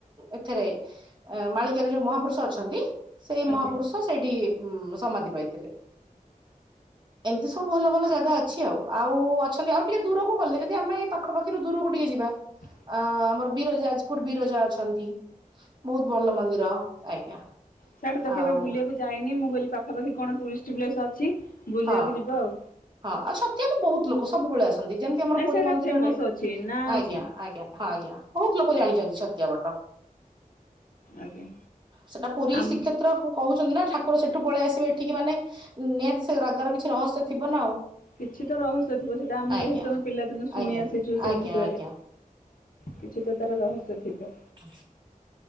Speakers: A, on the right; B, on the left.
A: ଏଥିରେ ମାଳିକାରେ ଯୋଉ ମହାପୁରୁଷ ଅଛନ୍ତି ସେଇ
B: ଆଜ୍ଞା
A: ମହାପୁରୁଷ। ତ ସେଇଠି ଉଁ ସମାଧି ପାଇଥିଲେ। ଏମିତି ସବୁ ଭଲ ଭଲ ଜାଗା ଅଛି ଆଉ ଆଉ ଅଛନ୍ତି ଆଉ ଟିକେ ଦୂରକୁ ଗଲେ ଯଦି ଆମେ ଏଇ ପାଖପାଖିରୁ ଦୂରକୁ ଟିକେ ଯିବା।
B: ହ
A: ଅଁ ଆମର ବିରଜା ଯାଜପୁର ବିରଜା ଅଛନ୍ତି ବୋହୁତୁ ଭଲ ମନ୍ଦିର ଆଜ୍ଞା।
B: ସିଆଡେ ତ କେବେ
A: ଆଉ
B: ବୁଲିବାକୁ ଯାଇନି ମୁଁ କହିଲି ପାଖାପାଖି କଣ ଟୁରିଷ୍ଟ ପ୍ଲେସ ଅଛି ବୁଲିବାକୁ
A: ହଁ
B: ଯିବା ଆଉ।
A: ହଁ ଆଉ ଛତିଆକୁ ବୋହୁତୁ ଲୋକ ସବୁବେଳେ ଆସନ୍ତି ଯେମିତି ଆମର
B: ନାଇଁ
A: ପୁରୀ
B: ସେଇଟା
A: ମନ୍ଦିରରେ
B: ଫେମସ୍ ଅଛି ନାଁ ଅଛି
A: ଆଜ୍ଞା ଆଜ୍ଞା। ହଁ ଆଜ୍ଞା ବୋହୁତୁ ଲୋକ ଜାଣିଛନ୍ତି ଛତିଆ ବଟ।
B: ଆଜ୍ଞା।
A: ସେଟା ପୁରୀ
B: ଆମ
A: ଶ୍ରୀକ୍ଷେତ୍ର କହୁଛନ୍ତି ନା ଠାକୁର ସେଠୁ ପଳେଇ ଆସିବେ ଏଠିକି ମାନେ ନିହାତି ସେ ରାଗର କିଛି ରହସ୍ୟ ଥିବ ନା ଆଉ।
B: କିଛି ତ ରହସ୍ୟ ଥିବ ସେଟା ଆମେ
A: ଆଜ୍ଞା
B: ଯେହେତୁ ଆମେ ପିଲାଦିନେ ଶୁଣି
A: ଆଜ୍ଞା
B: ଆସିଛୁ ସେଇ
A: ଆଜ୍ଞା
B: ବିଷୟରେ।
A: ଆଜ୍ଞା
B: କିଛି ତ ତାର ରହସ୍ୟ ଥିବ।
A: ହ